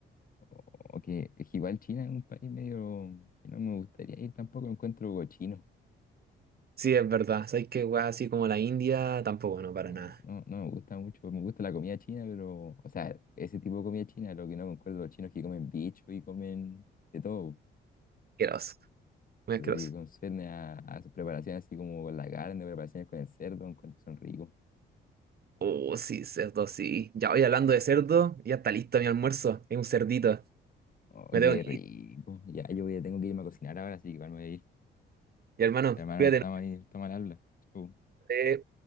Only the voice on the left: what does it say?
o, o que es que igual China es un país medio que no me gustaría ir tampoco, lo encuentro cochino.
No,
no, no me gusta mucho. Me gusta la comida china, pero, o sea, ese tipo de comida china, lo que no concuerdo los chinos es que comen bicho y comen de todo.
Lo
que concierne a, a sus preparaciones, así como con la carne, preparaciones con el cerdo, encuentro que son ricos.
Oh,
qué
rico.
Ya, yo ya tengo que irme a cocinar ahora, así que igual me voy a ir.
Hermano,
no está
mal, está mal habla. Chau.